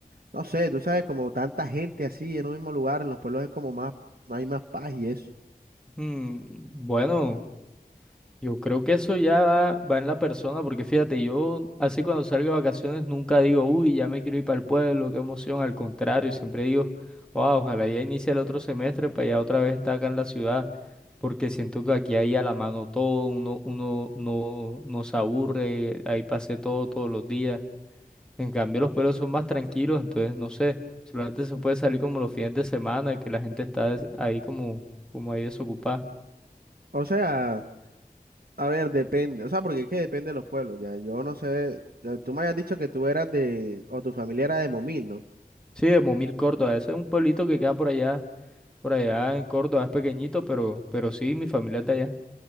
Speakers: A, on the right; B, in the centre.
A: no sé, tú sabes, como tanta gente así en un mismo lugar, en los pueblos es como más, hay más paz y eso.
B: mm, bueno, yo creo que eso ya va, va en la persona, porque fíjate, yo así cuando salgo de vacaciones nunca digo, uy, ya me quiero ir para el pueblo, qué emoción, al contrario, siempre digo, wow, ojalá ya inicie el otro semestre para ya otra vez estar acá en la ciudad, porque siento que aquí hay a la mano todo, uno, uno no, no se aburre, ahí pasé todo todos los días. En cambio, los pueblos son más tranquilos, entonces no sé, solamente se puede salir como los fines de semana, que la gente está des- ahí como, como ahí desocupada.
A: O sea, a ver, depende, o sea, porque es que depende de los pueblos, ya. Yo no sé, ya, tú me habías dicho que tú eras de, o tu familia era de Momil, ¿no?
B: Sí, de Momil, Córdoba, ese es un pueblito que queda por allá, por allá en Córdoba, es pequeñito, pero, pero sí, mi familia es de allá.